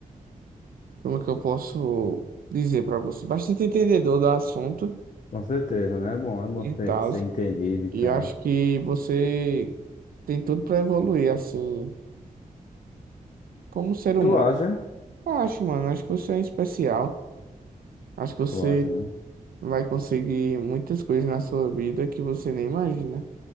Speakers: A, on the right; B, on the left.
A: como que eu posso dizer pra você? Bastante entendedor do assunto
B: Com certeza, né? É bom, é bom
A: e
B: ter-
A: tal.
B: ser entendido e
A: E
B: tal.
A: acho que você tem tudo pra evoluir, assim, como ser humano.
B: Tu acha?
A: Eu acho, mano. Acho que você é um especial. Acho que você
B: Tu acha, né?
A: vai conseguir muitas coisas na sua vida que você nem imagina.